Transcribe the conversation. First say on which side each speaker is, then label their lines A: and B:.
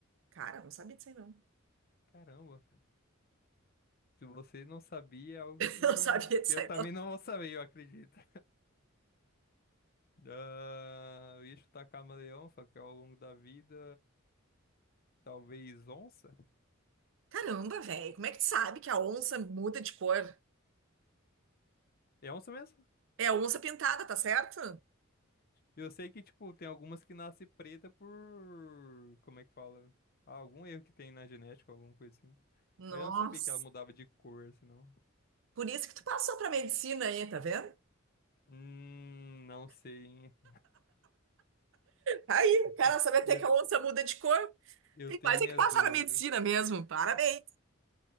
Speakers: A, on the right; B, on the left.
A: Cara, não sabia disso aí, não. <laughs>
B: Caramba. Se você não sabia, é algo que,
A: Não sabia disso
B: que eu
A: aí,
B: também
A: não.
B: não vou saber, eu acredito. Ah, eu ia chutar camaleão, só que ao longo da vida, talvez onça.
A: Caramba, velho, como é que tu sabe que a onça muda de cor?
B: É onça mesmo?
A: É a onça pintada, tá certo?
B: Eu sei que, tipo, tem algumas que nascem preta por... Como é que fala? Ah, algum erro que tem na genética, alguma coisa assim.
A: Nossa,
B: Mas eu não sabia que ela mudava de cor, assim, não.
A: por isso que tu passou pra medicina aí, tá vendo?
B: Hum, não sei, hein?
A: Aí,
B: <laughs>
A: o cara sabe até
B: Ia
A: que a onça muda de cor.
B: Eu
A: Tem
B: tenho
A: quase
B: minhas
A: que passar
B: dúvidas.
A: na medicina mesmo, parabéns.